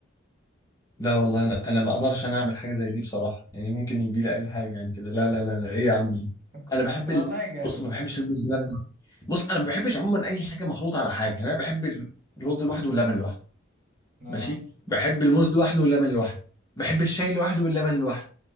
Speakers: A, on the left (about 15°); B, on the right (about 40°).
A: لا والله انا انا ما اقدرش انا اعمل حاجه زي دي بصراحه يعني ممكن يجي لي اي حاجه يعني كده لا لا لا لا ايه يا عم ده؟ انا
B: <laughs>
A: بحب
B: والله
A: ال...
B: جامد
A: بص ما بحبش الرز بلبن بص انا ما بحبش عموما اي حاجه مخلوطه على حاجه يعني انا بحب ال- الرز لوحده واللبن لوحده
B: اه
A: ماشي بحب الموز لوحده واللبن لوحده بحب الشاي لوحده واللبن لوحده